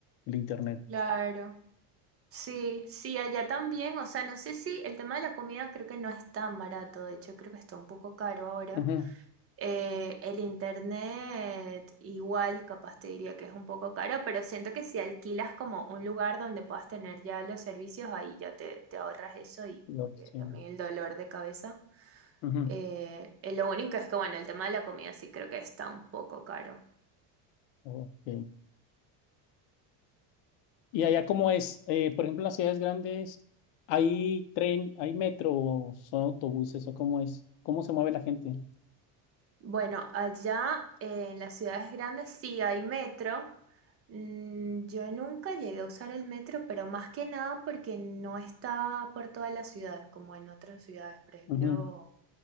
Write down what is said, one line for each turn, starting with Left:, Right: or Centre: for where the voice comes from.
Left: el internet.
Right: claro. Sí, sí, allá también, o sea, no sé si el tema de la comida creo que no es tan barato, de hecho creo que está un poco caro ahora.
Left: Ujú,
Right: Eh, el internet igual, capaz te diría que es un poco caro, pero siento que si alquilas como un lugar donde puedas tener ya los servicios, ahí ya te, te ahorras eso y
Left: lo-
Right: que
Left: sí,
Right: también el dolor de cabeza.
Left: ujú,
Right: Eh, eh, lo único es que, bueno, el tema de la comida sí creo que está un poco caro.
Left: ok. Y allá cómo es, Eh, por ejemplo, en las ciudades grandes, ¿hay tren, hay metro o son autobuses o cómo es? ¿Cómo se mueve la gente?
Right: Bueno, allá eh, en las ciudades grandes sí hay metro. Mm, yo nunca llegué a usar el metro, pero más que nada porque no está por toda la ciudad, como en otras ciudades, por ejemplo.
Left: Ujú,